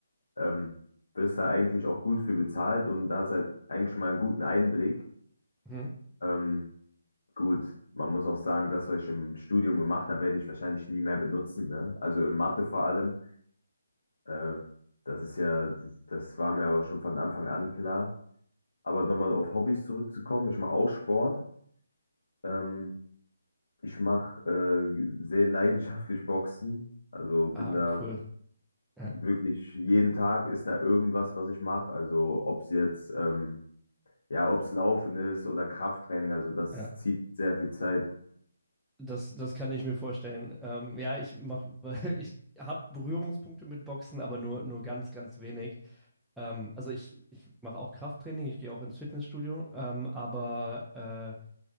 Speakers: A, on the left (about 70°); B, in the centre.
A: ähm, wirst da eigentlich auch gut für bezahlt und da ist halt eigentlich mal einen guten Einblick.
B: Mhm.
A: Ähm, gut, man muss auch sagen, das, was ich im Studium gemacht habe, werde ich wahrscheinlich nie mehr benutzen, ne? Also in Mathe vor allem. Äh, das ist ja, das war mir aber schon von Anfang an klar. Aber nochmal auf Hobbys zurückzukommen, ich mache auch Sport. Ähm, ich mache äh, sehr leidenschaftlich Boxen. Also bin
B: Ah,
A: da
B: cool. Ja,
A: wirklich jeden Tag ist da irgendwas, was ich mache. Also ob es jetzt ähm, Ja, ob es Laufen ist oder Krafttraining, also das
B: ja.
A: zieht sehr viel Zeit.
B: Das, das kann ich mir vorstellen. Ähm, ja, ich mach, <laughs> ich habe Berührungspunkte mit Boxen, aber nur, nur ganz, ganz wenig. Ähm, also ich, ich mache auch Krafttraining, ich gehe auch ins Fitnessstudio, ähm, aber äh,